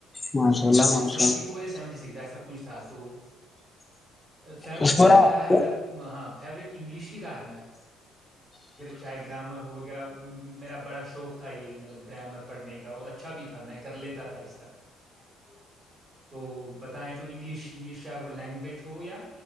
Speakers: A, on the left; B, on the right.
A: ماشاء
B: ہم،
A: اللہ
B: نہیں
A: ماشاء
B: سیونٹی
A: اللہ
B: فور یا سیونٹی سکس ایسا کچھ تھا تو فیوریٹ
A: اس کو
B: میرا رہا
A: آپ
B: ہے
A: کو
B: اگر ہاں فیورٹ انگلش ہی رہا ہے میرا چاہے گرامر ہو وغیرہ میرا بڑا شوق تھا یہ مطلب گرامر پڑھنے کا اور اچھا بھی تھا میں کر لیتا تھا اس کا تو بتائیں تو انگلش انگلش چاہ وہ لینگویج ہو یا